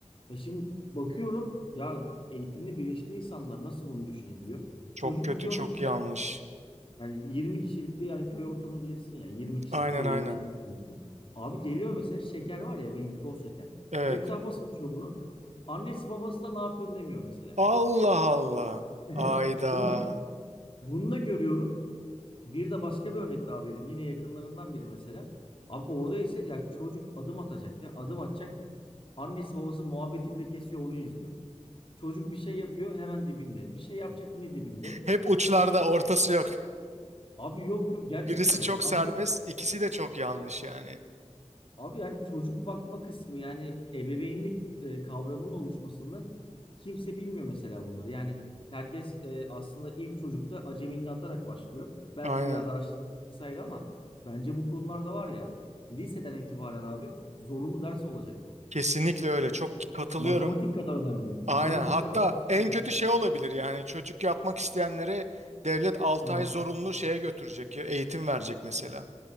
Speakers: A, on the left; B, on the right.
A: Ya şimdi bakıyorum ya eğitimli bilinçli insanlar nasıl bunu düşünebiliyor?
B: Çok
A: Çocuk
B: kötü
A: gidiyor
B: çok
A: mesela
B: yanlış.
A: yani 20 kişilik bir yani köy ortamını bilirsin ya 20 kişilik
B: Aynen
A: bir evin
B: aynen.
A: içinde eğitim. Abi geliyor mesela şeker var ya bildiğin toz şeker.
B: Evet.
A: Etrafa sıçıyor bunu. Annesi babası da ne yapıyorsun demiyor mesela.
B: Allah Allah.
A: <laughs> Evet.
B: Ayda.
A: Şimdi bak bunu da görüyorum. Bir de başka bir örnek daha vereyim. Yine yakınlarından biri mesela. Abi orada ise ya çocuk adım atacak ya. Adım atacak. Annesi babası muhabbeti bile kesiyor onu izliyor. Çocuk bir şey yapıyor hemen dibinde. Bir şey yapacak yine dibinde.
B: Hep uçlarda ortası yok.
A: Abi yok
B: <laughs>
A: yok gerçekten
B: Birisi
A: yok.
B: çok
A: Ama
B: serbest,
A: bak
B: ikisi de çok yanlış yani.
A: abi yani çocuk bakma kısmı yani ebeveynlik e, kavramının oluşmasında kimse bilmiyor mesela bunları. Yani herkes e, aslında ilk çocukta acemiliğini atarak başlıyor. Belki
B: Aynen.
A: biraz araştırma vesaire ama bence bu konularda var ya liseden itibaren abi zorunlu ders olacak bu.
B: Kesinlikle öyle. Çok katılıyorum.
A: Matematik kadar önemli. Matematik
B: Aynen. Hatta
A: kadar önemli
B: en
A: ya
B: kötü
A: bu.
B: şey olabilir yani çocuk yapmak isteyenlere devlet 6
A: Sınav.
B: ay zorunlu şeye götürecek, ya, eğitim verecek mesela.